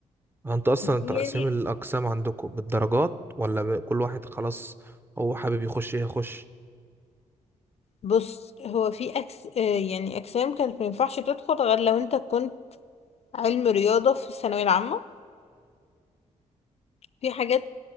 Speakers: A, on the right (about 15°); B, on the left (about 50°).
A: هو انت اصلا تقسيم
B: يعني
A: الاقسام عندكم بالدرجات ولا ب... كل واحد خلاص هو حابب يخش ايه يخش
B: بص هو في أكس آه، يعني أجسام كانت مينفعش تدخل غير لو أنت كنت علم رياضة في الثانوية العامة في حاجات